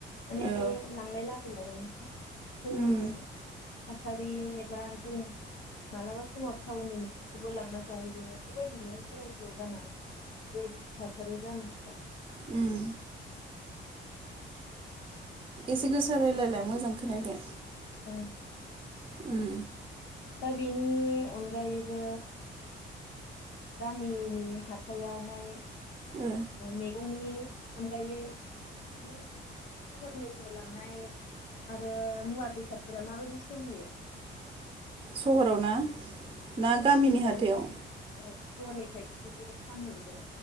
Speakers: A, on the left; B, on the right.
A: माने
B: औ
A: बे लांलाय लाबोलायाव <unintelligible> जोंनि
B: उम
A: थासारि एबा जों मालाबा समाव टाउननि मैगंखौबो लांना जाहैयो बेबायदिनो सोलाय सोल' जानानै बे थासारिया जानो ह <unintelligible>
B: ओम एसे गोसा रायलायलाय मोजां खोनायाखै
A: औ
B: उम
A: दा बेनि अनगायैबो गामिनि हाथायावहाय
B: ओ
A: मेगंनि अनगायै बे सहरनिफ्राय लांनाय आरो मुवा बेसादफोरा माबायदि सोलियो
B: सहराव ना? ना
A: सहरनिफ्राय
B: गामिनि हाथायाव
A: औ सहरनिफ्रायदि बिसोरो फानहैयो